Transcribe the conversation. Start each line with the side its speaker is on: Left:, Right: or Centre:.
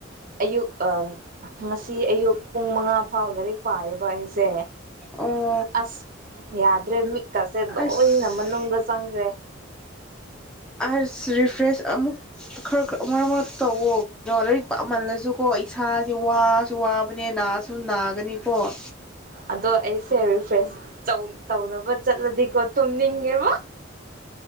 Right: ꯑꯌꯨꯛ ꯉꯁꯤ ꯑꯌꯨꯛ ꯄꯨꯡ ꯃꯉꯥ ꯐꯥꯎ ꯂꯥꯏꯔꯤꯛ ꯄꯥꯏꯌꯦꯕ ꯑꯩꯁꯦ
Centre: ꯑꯣ꯫
Right: ꯑꯁ ꯌꯥꯗ꯭ꯔꯦ ꯃꯤ ꯀꯁꯦ
Centre: ꯑꯁ
Right: ꯂꯣꯏꯅ ꯃꯅꯨꯡꯗ ꯆꯪꯈ꯭ꯔꯦ꯫
Centre: ꯔꯤꯐ꯭ꯔꯦꯁ ꯑꯃꯨꯛ ꯈꯔꯔ ꯃꯔꯛ ꯃꯔꯛ ꯇꯧꯋ ꯀꯣ ꯂꯥꯏꯔꯤꯛꯥꯃꯜꯂꯁꯨꯀꯣ ꯏꯁꯥꯁꯦ ꯋꯥꯁꯨ ꯋꯥꯕꯅꯦ ꯅꯥꯁꯨ ꯅꯥꯒꯅꯤꯀꯣ
Right: ꯑꯗꯣ ꯑꯩꯁꯦ ꯐ꯭ꯔꯦꯁ ꯇꯧꯅꯕ ꯆꯠꯂꯗꯤꯀꯣ ꯇꯨꯝꯅꯤꯡꯉꯦꯕ